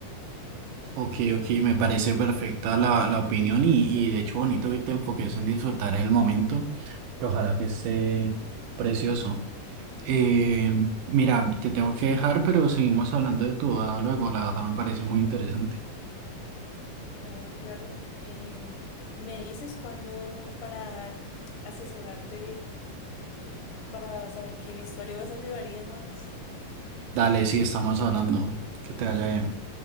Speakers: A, on the right; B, on the left.
A: Ok, ok, me parece perfecta la, la opinión y, y de hecho bonito que te enfoques en disfrutar el momento. y Ojalá que esté precioso. Eh, mira, te tengo que dejar, pero seguimos hablando de tu boda luego. La verdad me parece muy interesante.
B: Claro, claro. Eh, me dices cuándo para asesorarte, para saber qué vestuario vas a llevar y demás.
A: Dale, sí, estamos hablando. Que te vaya bien.